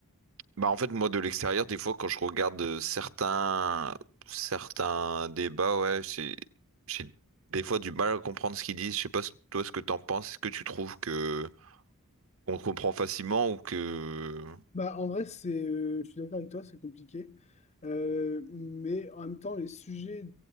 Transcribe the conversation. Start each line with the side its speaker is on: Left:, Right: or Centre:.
Right: bah, en fait, moi, de l'extérieur, des fois, quand je regarde euh, certains, certains débats, ouais, c'est, j'ai des fois du mal à comprendre ce qu'ils disent. Je sais pas, ce- toi, ce que t'en penses. Est-ce que tu trouves que on comprend facilement ou que,
Left: Bah, en vrai, c'est, euh, je suis d'accord avec toi, c'est compliqué. Euh, mais en même temps, les sujets